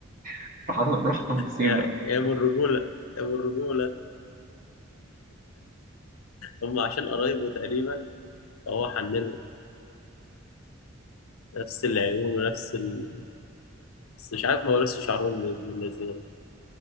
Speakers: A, on the right; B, on the left.
A: <laughs> راح راح الصين
B: يا
A: بقى
B: يا ابو الرجوله يا ابو الرجوله هم عشان قرايبه تقريبا فهو حنلهم نفس العيون ونفس ال... بس مش عارف ما ورثش شعرهم لابن الذين